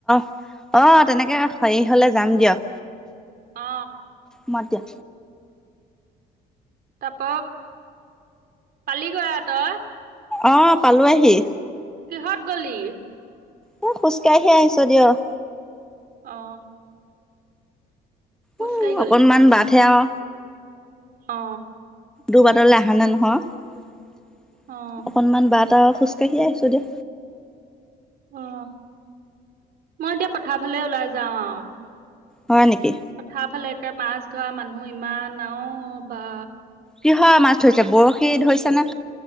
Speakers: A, in the centre; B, on the right.
A: <unintelligible> অ তেনেকে <unintelligible> <unintelligible> হ'লে যাম দিয়ক,
B: অ
A: মই দিয়া।
B: তা-প পালিগৈ আ-তই।
A: অ পালো আহি।
B: কিহত গলি।
A: অ খোজ কাঢ়িহে আহিছো দিয়ক।
B: অ। খোজকাঢ়ি
A: উ
B: গলি
A: অকনমান বাধে আৰু।
B: অ।
A: তোৰ বাটলৈ আহা নাই নহয়।
B: অ
A: অকনমান বাট আৰু খোজ <unintelligible>
B: অ, মই এতিয়া পথাৰ ফালে ওলাই যাও আৰু।
A: হয় নেকি
B: পঠাৰ ফালে একে মাছ থোৱা মানুহ ইমান অ-বা।
A: কিহৰ মাছ ধৰিছে বৰশী ধৰিছে নে।